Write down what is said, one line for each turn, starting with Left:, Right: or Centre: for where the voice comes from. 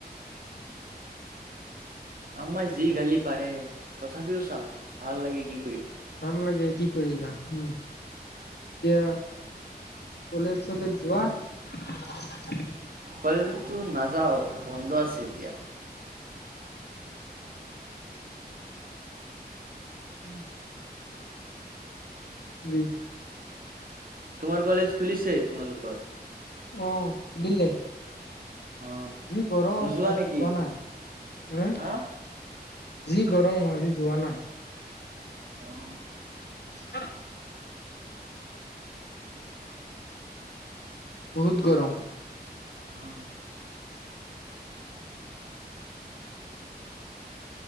Right: আমাই যি গালি পাৰে তথাপিও চাও ভাল লাগে কি কৰিম।
Left: ভাল লাগে কি কৰিবা উম এতিয়া কলেজ চলে যোৱা
Right: কলেজো নাযাওঁ বন্ধ আছে এতিয়া
Left: উম উ
Right: তোমাৰ কলেজ খুলিছে তোমালোকৰ
Left: অ সুধিল দে
Right: অ
Left: যি গৰম
Right: নোযোৱা
Left: আজি
Right: নেকি
Left: পোৱা নাই হ
Right: হা
Left: যি গৰম মজি যোৱা নাই।
Right: অহ
Left: অ বহুত গৰম
Right: আহ